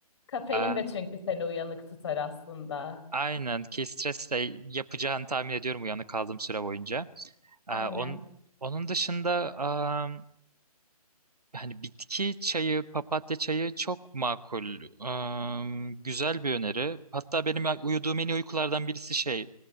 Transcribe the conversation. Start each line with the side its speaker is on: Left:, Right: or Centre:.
Left: Kafein
Right: Ee,
Left: de çünkü seni uyanık tutar aslında.
Right: aynen ki stresle yapacağını tahmin ediyorum uyanık kaldığım süre boyunca.
Left: Aynen.
Right: Ee, on, onun dışında am, hani bitki çayı, papatya çayı çok makul. Am, güzel bir öneri. Hatta benim uyuduğum en iyi uykulardan birisi şey,